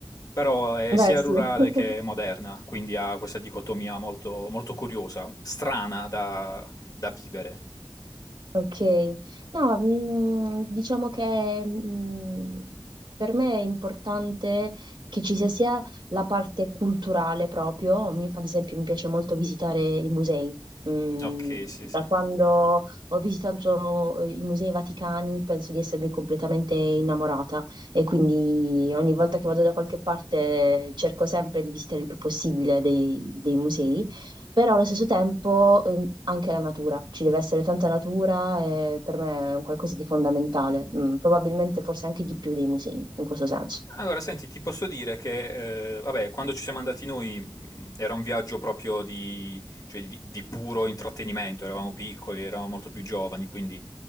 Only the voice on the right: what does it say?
Beh,
sì.
<laughs>
Ok, no, mm, diciamo che mm, per me è importante che ci sia sia la parte culturale proprio, Mi- ad esempio mi piace molto visitare i musei, Mm,
da quando ho visitato eh, i musei vaticani penso di essermi completamente innamorata e quindi ogni volta che vado da qualche parte cerco sempre di visitare il più possibile dei dei musei. Però allo stesso tempo ehm, anche la natura, ci deve essere tanta natura e per me è un qualcosa di fondamentale, Mm, probabilmente forse anche di più dei musei in questo senso.